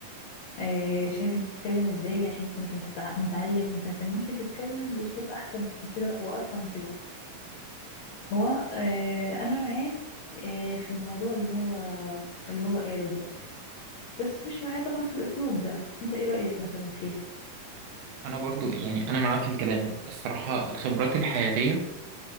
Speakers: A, on the left; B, on the right.
A: آه، شايف انت بتتكلم ازاي عشان انت مش متتع- متعلم انت كان ممكن تتكلم باسلوب احسن من كده وارقى من كده هو آه، انا معاه آه، في الموضوع اللي هو اللي هو قاله ده بس مش معاه طبعا في الاسلوب ده انت ايه رايك مثلا فيه
B: انا برضو يعني انا معاه في الكلام الصراحه الخبرات الحياتيه